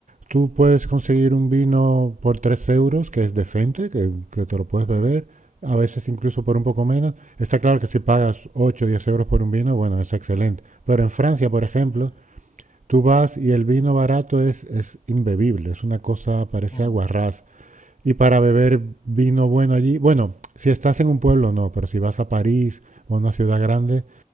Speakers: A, on the right; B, on the left.
A: tú puedes conseguir un vino por 3 euros, que es decente, que, que te lo puedes
B: Mm,
A: beber, a veces incluso por un poco menos. Está claro que si pagas 8 o 10 euros por un vino, bueno, es excelente. Pero en Francia, por ejemplo,
B: claro.
A: tú vas y el vino barato es, es imbebible, es una cosa, parece
B: Mm,
A: aguarrás. Y para beber vino bueno allí, bueno, si estás en un pueblo no, pero si vas a París o a una ciudad grande,